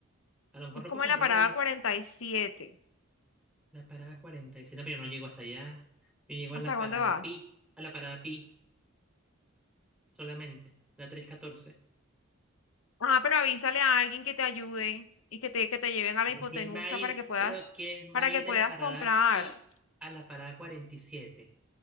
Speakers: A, in the centre; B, on the left (about 75°).
A: A lo mejor
B: Es
A: lo
B: como
A: puedo comprar
B: en la parada
A: ahí,
B: cuarenta y siete,
A: la parada cuarenta y siete pero yo no llego hasta allá. Yo llego a
B: ¿Hasta
A: la parada
B: dónde vas?
A: Pi, a la parada Pi solamente, la 314.
B: Ajá, pero avísale a alguien que te ayude y que te, que te lleven a la
A: ¿De
B: hipotenusa
A: quién va a ir?
B: para que puedas,
A: Pero ¿quién va
B: para
A: a ir
B: que puedas
A: de la parada
B: comprar.
A: Pi a la parada 47?